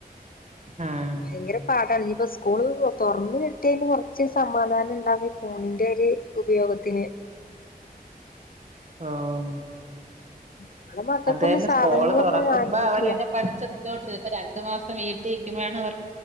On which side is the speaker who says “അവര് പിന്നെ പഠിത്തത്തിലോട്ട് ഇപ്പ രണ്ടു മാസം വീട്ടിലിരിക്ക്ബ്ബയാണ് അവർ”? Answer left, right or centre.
Right